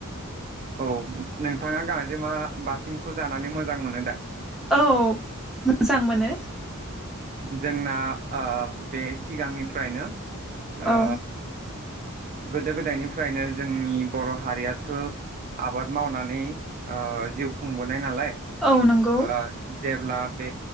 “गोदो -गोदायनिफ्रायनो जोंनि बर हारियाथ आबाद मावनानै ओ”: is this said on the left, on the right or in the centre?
Right